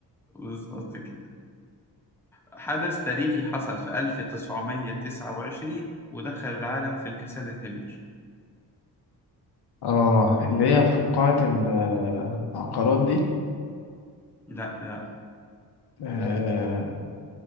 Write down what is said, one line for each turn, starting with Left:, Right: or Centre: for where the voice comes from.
Centre: بالظبط كده حدث تاريخي حصل في 1929 ودخل العالم في الكساد الكبير
Left: اه اللي هي فقاعة ال- العقارات دي
Centre: لا لا
Left: آه